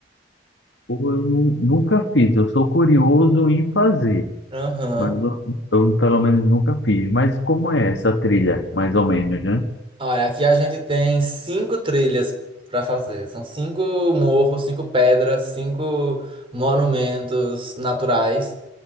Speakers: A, on the left; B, on the right.
A: pô, eu nu- nunca fiz, eu sou curioso em fazer.
B: Aham.
A: Mas eu, eu, pelo menos nunca fiz. Mas como é essa trilha, mais ou menos, né?
B: Olha, aqui a gente tem cinco trilhas para fazer. São cinco morros, cinco pedras, cinco monumentos naturais